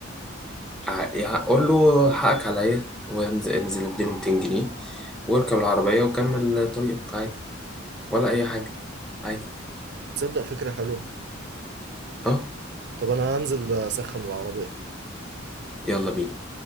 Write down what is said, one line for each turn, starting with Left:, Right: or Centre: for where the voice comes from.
Centre: ع- يعني قول له حقك عليا وانزل انزل اديله 200 جنيه واركب العربية وكمل طريقك عادي ولا أي حاجة عادي
Right: تصدق فكرة حلوة
Centre: اه
Right: طب انا هنزل اسخن العربية
Centre: يلا بينا